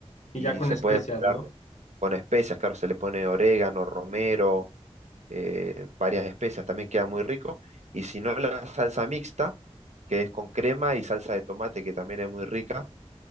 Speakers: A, on the right (about 75°); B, on the left (about 85°).
A: y
B: Y ya con
A: se
B: especias,
A: puede preparar
B: ¿no?
A: con especias, claro, se le pone orégano, romero, eh, varias especias, también queda muy rico. Y si no, la salsa mixta, que es con crema y salsa de tomate, que también es muy rica.